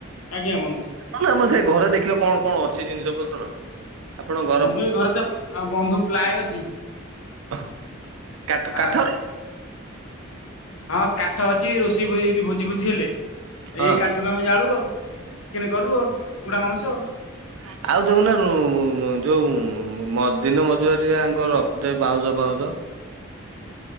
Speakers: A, on the left; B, on the right.
A: ଆଜ୍ଞା ବନ୍ଧୁ।
B: ଆମ ଆମ ସେଇ ଘରେ ଦେଖିଲେ କଣ କଣ ଅଛି ଜିନିଷ ପତ୍ର? ଆପଣଙ୍କ ଘର
A: ବନ୍ଧୁ ଏଇ ଘରେ ତ ଆ ବନ୍ଧୁ ପ୍ଲ୍ୟାଏ ଅଛି।
B: ଓଃ କାଟ
A: ଆ
B: କାଠ
A: ହଁ କାଠ ଅଛି ରୋଷେଇ <unintelligible> ଜି ଭୋଜି ଫୋଜି ହେଲେ
B: ହଁ।
A: ଏଇ କାଠରୁ ଆମେ ଜାଳୁ ଆଉ ଚିକେନ କରୁ ଆଉ ପୁଡା ମାଉଁସ।
B: କୁରା ଆଉ ଜୋଉନ ରୁ ରୁ ମୁଁ ଯୋଉ ମୁଁ-ମୁଁ-ମୁଁ ମ ଦିନ ମଜୁଆରିଆଙ୍କ ରଖୁଥେ ବାଉଁଶ ପାଉସ